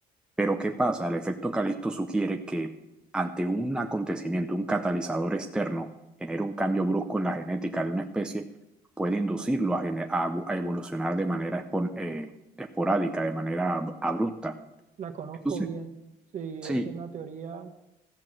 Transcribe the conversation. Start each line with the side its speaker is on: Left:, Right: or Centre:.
Centre: Pero ¿qué pasa? El efecto Calisto sugiere que ante un acontecimiento, un catalizador externo, genera un cambio brusco en la genética de una especie, puede inducirlo a, gener- a- bu- a evolucionar de manera espon- eh, esporádica, de manera ab- abrupta.
Right: la conozco
Centre: Entonces,
Right: bien. Sí,
Centre: Sí,
Right: es una teoría,